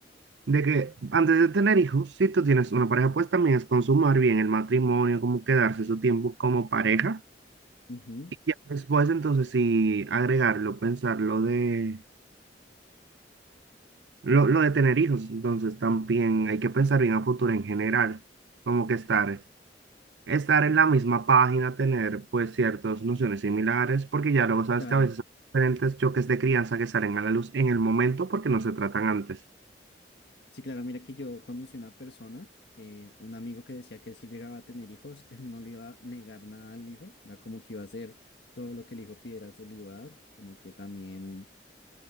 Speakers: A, on the right; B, on the left.
A: de que antes de tener hijos, si tú tienes una pareja, pues también es consumar bien el matrimonio, como quedarse su tiempo como pareja.
B: Ujú,
A: Y ya después entonces sí agregarlo, pensar lo de, lo, lo de tener hijos. Entonces también hay que pensar bien a futuro en general, como que estar estar en la misma página, tener pues ciertas nociones similares, porque ya luego sabes
B: claro.
A: que a veces hay diferentes choques de crianza que salen a la luz en el momento porque no se tratan antes.
B: Sí, claro, mira que yo conocí una persona, eh, un amigo que decía que él si llegaba a tener hijos, <laughs> él no le iba a negar nada al hijo, era como que iba a hacer todo lo que el hijo pidiera, se lo iba a dar, como que también...